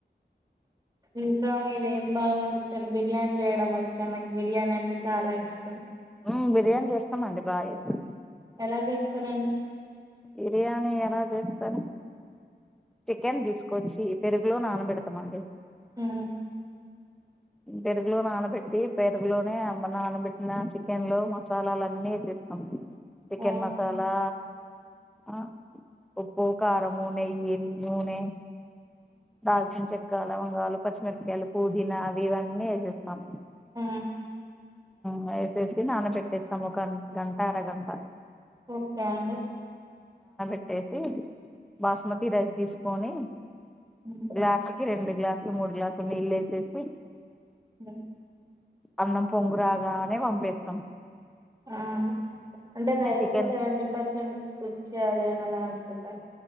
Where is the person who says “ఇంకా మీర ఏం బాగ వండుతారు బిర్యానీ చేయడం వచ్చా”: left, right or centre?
Right